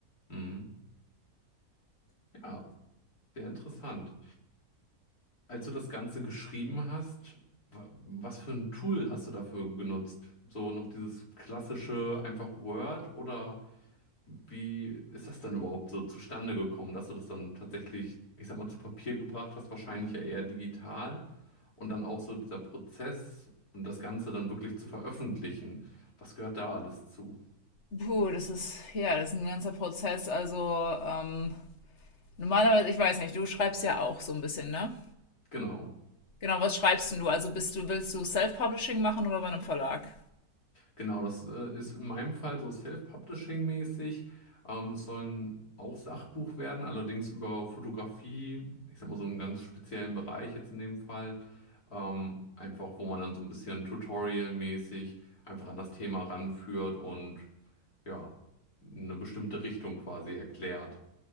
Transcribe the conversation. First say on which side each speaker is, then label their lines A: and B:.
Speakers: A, on the left (about 90°); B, on the left (about 50°).
A: Mhm. Ja, sehr interessant. Als du das Ganze geschrieben hast, wa- was für ein Tool hast du dafür genutzt? So noch dieses klassische einfach Word oder Wie ist das denn überhaupt so zustande gekommen, dass du das dann tatsächlich, ich sag mal, zu Papier gebracht hast, wahrscheinlich ja eher digital und dann auch so dieser Prozess und das Ganze dann wirklich zu veröffentlichen? Was gehört da alles zu?
B: Puh, das ist, ja, das ist ein ganzer Prozess. Also ähm, normalerweise, ich weiß nicht, du schreibst ja auch so ein bisschen, ne?
A: Genau.
B: Genau, was schreibst denn du? Also bist du, willst du Self-Publishing machen oder bei einem Verlag?
A: Genau, das äh, ist in meinem Fall so Self-Publishing-mäßig. Ähm, das soll ein auch Sachbuch werden, allerdings über Fotografie, ich sag mal so einen ganz speziellen Bereich jetzt in dem Fall. Ähm, einfach, wo man dann so ein bisschen Tutorial-mäßig einfach an das Thema ranführt und ja, eine bestimmte Richtung quasi erklärt.